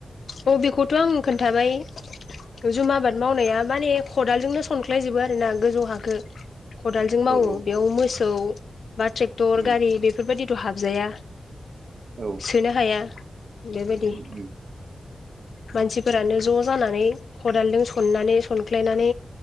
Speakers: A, on the left; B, on the right.
A: औ बेखौथ' आं खोन्थाबाय। जुम आबाद मावनाया माने खदालजोंनो सनख्लायजोबो आरोना गोजौ हाखो। खदालजों
B: औ
A: मावो
B: औ
A: बेयाव मोसौ बा ट्रेक्टर
B: उम
A: गारि बेफोरबायदिथ' हाबजाया।
B: औ
A: सोनो हाया बेबायदि।
B: उम उम
A: मानसिफोरानो ज' जानानै खदालजों सननानै सनख्लायनानै।